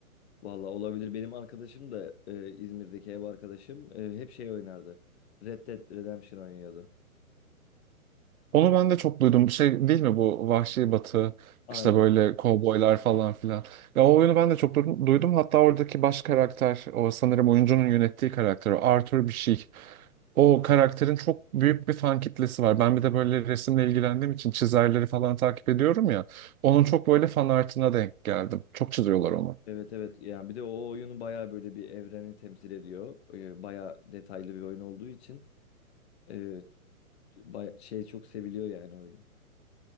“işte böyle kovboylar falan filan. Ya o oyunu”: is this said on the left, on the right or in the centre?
Right